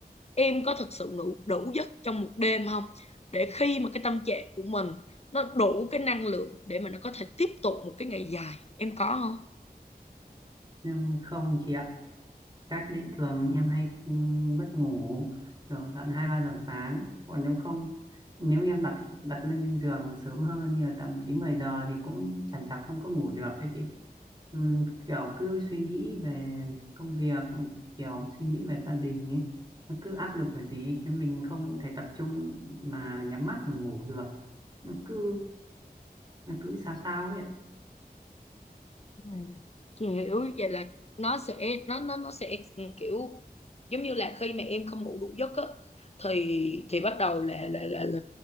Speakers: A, on the left; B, on the right.
A: em có thực sự ngủ đủ giấc trong một đêm không để khi mà cái tâm trạng của mình nó đủ cái năng lượng để mà nó có thể tiếp tục một cái ngày dài em có không
B: Nhưng không chị ạ Cách đấy thường em hay ừm, mất ngủ thường tận hai ba giờ sáng còn nếu không nếu em đặt đặt lên trên giường sớm hơn như là tầm chín mười giờ thì cũng chẳng chọc không có ngủ được ấy chị Ừm, kiểu cứ suy nghĩ về công việc rồi kiểu suy nghĩ về gia đình ấy nó cứ áp lực về gì ấy, khiến mình không thể tập trung mà nhắm mắt mà ngủ được nó cứ nó cứ sao sao ấy ạ.
A: Ừ. Chị hiểu vậy là nó sẽ nó nó nó sẽ ừ, kiểu giống như là khi mà em không ngủ đủ giấc á thì thì bắt đầu là, là là là